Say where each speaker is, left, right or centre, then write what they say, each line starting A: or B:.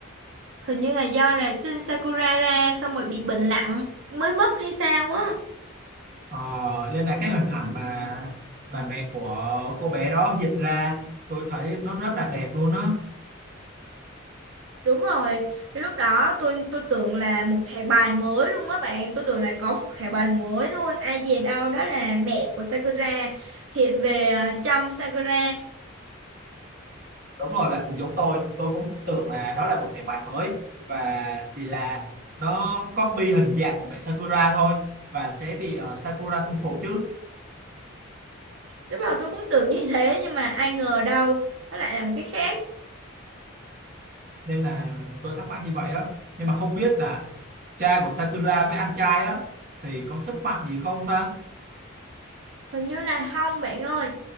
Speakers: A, on the right; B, on the right.
A: hình như là do là Shin Sakura ra xong rồi bị bệnh nặng mới mất hay sao á
B: ờ, nên là cái hình ảnh mà mà mẹ của cô bé đó hiện ra tôi thấy nó rất là đẹp luôn á
A: Đúng rồi, cái lúc đó tôi tôi tưởng là một thẻ bài mới luôn á bạn, tôi tưởng là có một thẻ bài mới luôn, ai dè đâu đó là mẹ của Sakura hiện về à, chăm Sakura.
B: đúng rồi bạn cũng giống tôi tôi cũng tưởng là đó là một thẻ bài mới và chỉ là nó copy hình dạng của mẹ Sakura thôi và sẽ bị ờ, Sakura thu phục chứ
A: Lúc đầu tôi cũng tưởng như thế nhưng mà ai ngờ đâu, nó lại là một cái khác.
B: nên là tôi thắc mắc như vậy á nhưng mà không biết là cha của Sakura với anh trai á thì có sức mạnh gì không ta
A: Hình như là không bạn ơi,